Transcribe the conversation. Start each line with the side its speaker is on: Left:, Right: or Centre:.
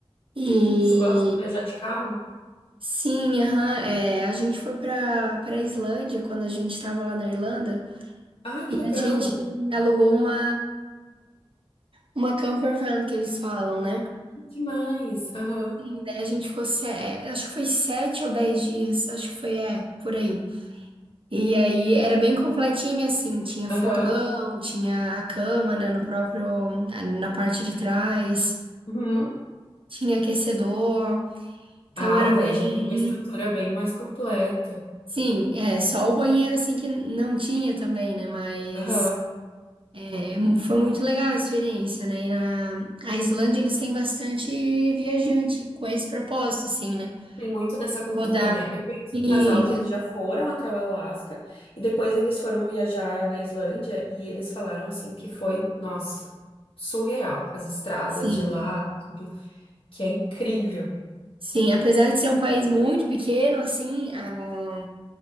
Right: E
Left: Tu gosta de viajar de carro?
Right: sim, aham, é, a gente foi para para Islândia quando a gente estava lá na Irlanda
Left: Ai, que
Right: e
Left: legal!
Right: a gente alugou uma uma camper van que eles falam, né?
Left: Que Demais! Aham,
Right: E daí a gente ficou, se- é, acho que foi sete ou dez dias, acho que foi, é, por aí. E aí era bem completinha, assim, tinha fogão,
Left: aham,
Right: tinha a cama, né, no próprio, na parte de trás.
Left: uhum.
Right: Tinha aquecedor, então
Left: Ah,
Right: era
Left: daí
Right: bem.
Left: já tem uma estrutura bem mais completa.
Right: Sim, é só o banheiro assim que não tinha também, né? Mas
Left: Aham.
Right: é, mu- foi muito legal a experiência, né? E na a Islândia eles têm bastante viajante com esse propósito, assim, né?
Left: Tem muito dessa cultura,
Right: Rodar.
Left: né? Eu conheço
Right: Isso,
Left: um casal que eles já foram até o Alasca e depois eles foram viajar na Islândia e eles falaram assim que foi, nossa, surreal. As estradas
Right: sim.
Left: de lá, tudo, que é incrível.
Right: Sim, apesar de ser um país muito pequeno, assim, a,